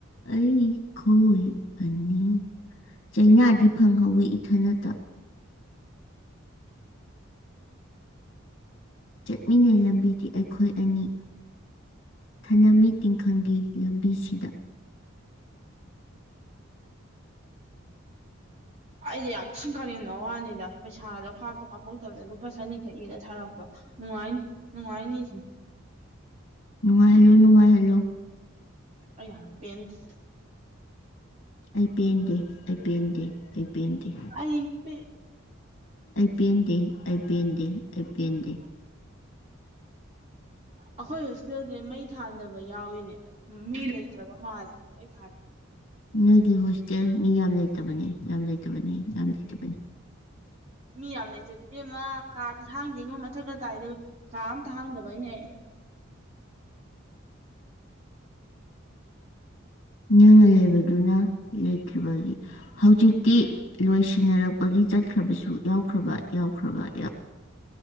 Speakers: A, on the left (about 65°); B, on the right (about 35°).
A: ꯑꯩ ꯈꯣꯏ ꯑꯅꯤ ꯆꯩꯅꯥꯗꯤ ꯐꯪꯍꯧꯋꯤ ꯏꯊ ꯅꯇ ꯆꯠꯃꯤꯟꯅꯩ ꯂꯝꯕꯤꯗꯤ ꯑꯩꯈꯣꯏ ꯑꯅꯤ ꯊꯅꯃꯤ ꯇꯤꯡꯈꯪꯒꯤ ꯂꯝꯕꯤꯁꯤꯗ
B: ꯑꯩꯗꯤꯦ ꯌꯥꯝ ꯊꯤꯅ ꯀꯥꯉꯅꯣ ꯋꯥꯅꯤꯗ ꯄꯩꯁꯥꯗꯣ ꯀꯥꯞꯇꯣ ꯀꯥꯞꯄꯧꯗꯕꯗ ꯂꯨꯄꯥ ꯆꯅꯤꯈꯛꯗ ꯁꯥꯔꯛꯄ ꯅꯨꯡꯉꯥꯏ ꯅꯨꯡꯉꯥꯏꯅꯤ ꯁꯤꯅꯤ
A: ꯅꯅꯨꯡꯉ ꯍꯜꯂꯣ ꯅꯅꯨꯡꯉ ꯍꯜꯂꯣ
B: ꯑ ꯌꯥꯝ ꯄꯦꯟꯗꯦ
A: ꯑꯩ ꯄꯦꯟꯗꯦ ꯑꯩ ꯄꯦꯟꯗꯦ ꯑꯩ ꯄꯦꯟꯗꯦ
B: ꯑꯩ ꯄ
A: ꯑꯩ ꯄꯦꯟꯗꯦ ꯑꯩ ꯄꯦꯟꯗꯦ ꯑꯩ ꯄꯦꯟꯗꯦ
B: ꯑꯩꯈꯣꯏ ꯍꯣꯁꯇꯦꯜꯁꯦ ꯃꯩ ꯊꯥꯟꯗꯕ ꯌꯥꯎꯏꯅꯦ ꯃꯤ ꯂꯩ ꯇꯥꯕ ꯃꯥꯜꯦ ꯊꯥꯦ
A: ꯅꯣꯏꯒꯤ ꯍꯣꯁꯇꯦꯜ ꯃꯤ ꯌꯥꯝ ꯂꯩꯇꯕꯅꯤ ꯌꯥꯝ ꯂꯩꯇꯕꯅꯤ ꯌꯥꯝ ꯂꯩꯇꯕꯅꯤ
B: ꯃꯤ ꯌꯥꯝ ꯂꯩꯇꯗ ꯏꯃ ꯀꯥꯗꯤ ꯍꯥꯡꯗꯦꯉꯣ ꯃꯊꯛꯀ ꯇꯥꯏꯗ ꯀꯥ ꯑꯝꯇ ꯍꯥꯡꯗꯕꯩꯅꯦ ꯑꯩ
A: ꯅꯪꯅ ꯌꯕꯗꯨꯅ ꯂꯩꯇꯔꯤꯕꯒꯤ ꯍꯧꯖꯤꯛꯇꯤ ꯂꯣꯏꯁꯤꯟꯅꯔꯛꯄꯒꯤ ꯆꯠꯈ꯭ꯔꯕꯁꯨ ꯌꯥꯎꯈ꯭ꯔꯕ ꯌꯥꯎꯈ꯭ꯔꯕ ꯌꯥꯎ